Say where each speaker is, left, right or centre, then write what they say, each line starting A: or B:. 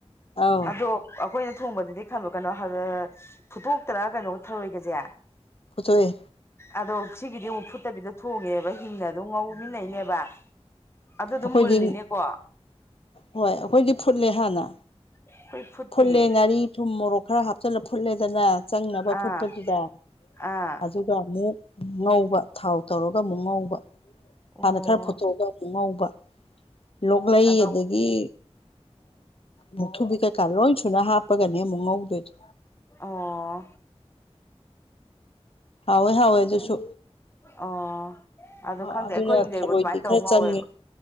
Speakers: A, on the left (about 60°); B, on the left (about 25°).
A: ꯑꯥꯎ
B: ꯑꯗꯣ ꯑꯩꯈꯣꯏꯅ ꯊꯣꯡꯕꯗꯗꯤ ꯀꯩꯅꯣ ꯐꯨꯠꯇꯣꯛꯇ꯭ꯔ ꯀꯩꯅꯣꯒ ꯊꯔꯣꯏꯒꯁꯦ
A: ꯐꯨꯠꯇ‌ꯣꯛ ꯑꯦ
B: ꯑꯗꯣ ꯁꯤꯒꯤꯗꯤ ꯑꯃꯨꯛ ꯐꯨꯠꯇꯕꯤꯗ ꯊꯣꯡꯉꯦꯕ ꯍꯤꯡꯅ ꯑꯗꯨꯝ ꯉꯧꯃꯤꯟꯅꯩꯅꯦꯕ ꯑꯗꯨ ꯑꯗꯨꯝ
A: ꯑꯈꯣꯏꯗꯤ
B: ꯃꯨꯜꯂꯤꯅꯦꯀꯣ
A: ꯍꯣꯏ ꯑꯈꯣꯏꯗꯤ ꯐꯨꯠꯂꯦ ꯍꯥꯟꯅ
B: ꯑꯩꯈꯣꯏ ꯐꯨꯠꯇꯤꯌꯦ
A: ꯐꯨꯠꯂꯦ ꯉꯥꯔꯤ ꯊꯨꯝ ꯃꯣꯔꯣꯛ ꯈꯔ ꯍꯥꯞꯆꯤꯜꯂ ꯐꯨꯠꯂꯦꯗꯅ ꯆꯪꯅꯕ
B: ꯑꯥ
A: ꯐꯨꯠꯄꯗꯨꯗ
B: ꯑꯥ
A: ꯑꯗꯨ ꯒ ꯑꯃꯨꯛ ꯉꯧꯕ ꯊꯥꯎ ꯇꯧꯔꯒ ꯑꯃꯨꯛ ꯉꯧꯕ
B: ꯑꯣ
A: ꯍꯥꯟꯅ ꯈꯔ ꯐꯨꯠꯇꯣꯛꯑꯒ ꯑꯃꯨꯛ ꯉꯧꯕ ꯂꯣꯛꯂꯩ
B: ꯑꯗꯣ
A: ꯑꯗꯒꯤ ꯃꯨꯛꯊ꯭‌ꯨꯔꯕꯤ ꯀꯩꯀꯥ ꯂꯣꯏ ꯁꯨꯅ ꯍꯥꯞꯄꯒꯅꯦ ꯑꯃꯨꯛ ꯉꯧꯗꯣꯏꯗꯨ
B: ꯑꯣ
A: ꯍꯥꯎꯋꯦ ꯍꯥꯎꯋꯦ ꯑꯗꯨꯁꯨ
B: ꯑꯣ
A: ꯃꯍꯥꯎ
B: ꯑꯗꯣ ꯈꯪꯗꯦ
A: ꯑꯗꯨꯅ
B: ꯑꯩꯈꯣꯏꯒꯤꯗꯤ
A: ꯊꯥꯔꯣꯏꯗꯤ
B: ꯑꯗꯨꯃꯥꯏꯅ ꯇꯧ
A: ꯈꯔ
B: ꯉꯧꯋꯦꯕ
A: ꯆꯪꯉꯤ